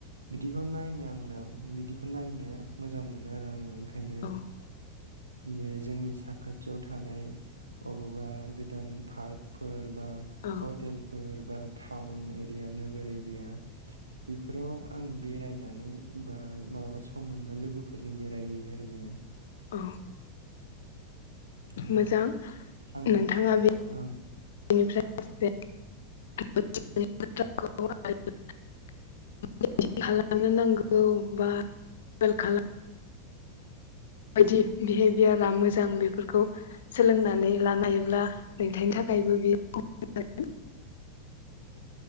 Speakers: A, on the right; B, on the left.
A: बिदिखौ नायनो आंनो बिदिखौ नायनो मोजां मोनो आरो आङो ओं खायनो
B: औ
A: जे जोंनि साखाथियाव थानाय अबावबा गोदान पारखफोर बा
B: औ
A: हटेल फोर बा टाउन एरिया नोगोर एरिया बेफोराव आं बेरायनानै बा मालाबा सम मोनबा लोगोफोरजों बेरायहैयो आरो जोङो।
B: अ
A: औ
B: मोजां
A: थां
B: नोंथाङा
A: ओं
B: <unintelligible> फ्राय <unintelligible> खालामनो नांगौ बा <unintelligible> माबायदि बिहेभियारा मोजां बेफोरखौ सोलोंनानै लानो हायोब्ला नोंथांनि थाखायबो बियो <unintelligible>